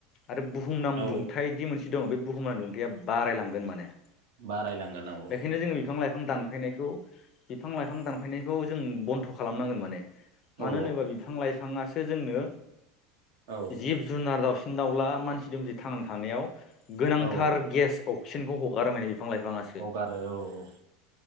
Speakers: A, on the left; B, on the right.
A: आरो बुहुमनां
B: औ
A: दुंथाइदि मोनसे दं, बे बुहुमनां दुंथाया बारायलांगोन माने।
B: बारायलांगोन औ
A: बेखायनो
B: औ।
A: जोङो लाइफां बिफां दानफायनायखौ बिफां लाइफां दानफायनायखौ जों बन्द' खालामनांगोन माने। मानो
B: औ
A: होनोबा बिफां लाइफाङासो जोंनो
B: औ
A: जिब जुनार, दावसिन दावला, मानसि दुमसि थांना थानायाव गोनांथार
B: औ
A: गेस अक्सिजेनखौ हगारो माने। बिफां लाइफाङासो
B: हगारो औ औ।